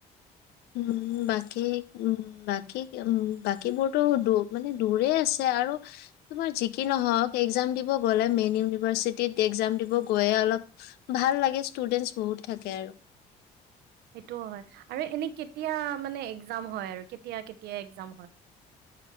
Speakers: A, on the left; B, on the right.
A: উম বাকী উ বাকী উ বাকীবোৰতো দ মানে দূৰে আছে। আৰু তোমাৰ য কি নহক একজাম দিব গলে মেইন ইভাৰ্চিট একজাম দিব। ভাল লাগে ষ্টুডেনছ বহুত থাকে আৰু।
B: সেইটোও হয় আৰু এনে কেতিয়া মানে একজাম হয় আৰু কেতিয়া কেতিয়া একজাম হয়।